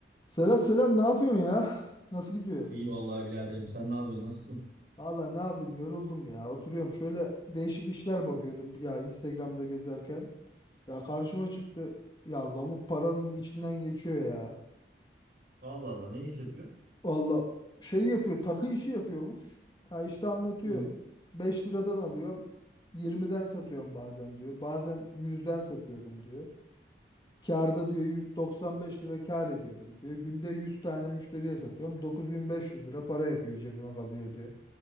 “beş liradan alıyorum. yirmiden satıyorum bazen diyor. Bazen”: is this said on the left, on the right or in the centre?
Left